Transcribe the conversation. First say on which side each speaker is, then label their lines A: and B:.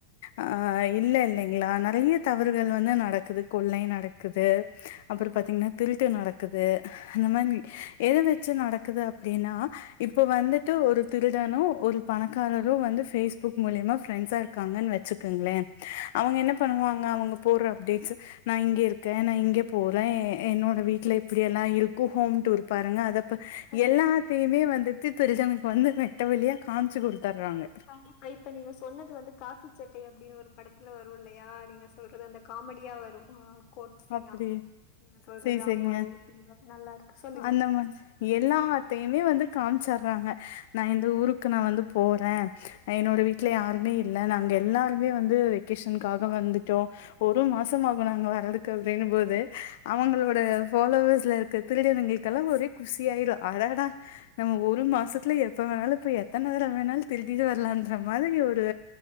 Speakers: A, on the left; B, on the left.
A: ஆ இல்ல இல்லேங்ளா நறைய தவறுகள் வந்து நடக்குது கொள்ளை நடக்குது அப்புற பாத்தீங்ன்னா திருட்டு நடக்குது அந்த மாதிரி எத வச்சு நடக்குது அப்டின்னா இப்போ வந்துட்டு ஒரு திருடனு ஒரு பணக்காரரு வந்து ஃபேஸ்புக் மூலியமா ஃப்ரெண்ட்ஸா இருக்காங்கன் வச்சுக் குங்களே அவங்க என்ன பண்ணுவாங்க அவங்க போடுற அப்டேட்ஸ் நா இங்க இருக்கே நா இங்கே போறே என்னோட வீட்ல இப்டி எல்லா இருக்கூ ஹோம் டூர் பாருங்க அத இப்ப
B: கண்டிப்பா,
A: எல்லாத்தையுமே வந்துட்டு திருச்சனுக்கு வந்து வெட்ட வெழியா காம்ச்சு குடுத்தர்றாங்க
B: கண்டிப்பா இப்ப நீங்க சொன்னது வந்து காக்கிச் சட்டை அப்டின் ஒரு படத்துல வரு இல்லையா நீங்க சொல்றது அந்த காமெடியா வரு ஆ கோட் சீனா
A: அப்டி
B: நீங்க சொல்றது
A: சேரி சேரிங்க
B: ஆமா அதே சீன் தா நல்லா இருக்கு சொல்லுங்க
A: அந்த மாதிரி எல்லாத்தையுமே வந்து காம்ச்சறாங்க நா இந்த ஊருக்கு நா வந்து போறே என்னோட வீட்டுல யாருமே இல்ல நாங்க எல்லாருமே வந்து வெக் கேஷன்காக வந்துட்டோ ஒரு மாசமாகும் நாங்க வரதுக்கே அப்டினும் போது அவங்களோட ஃபாலோவர்ஸ்ல இருக்க திருடனங்களுக்கெல்லா ஒரே குசியாயிரும் ஆடாடா நம்ம ஒரு மாசத்ல எப்ப வேணாலு போய் எத்தன தரவ வேணாலு திருடிட்டு வரலான்ற மாதிரி ஒரு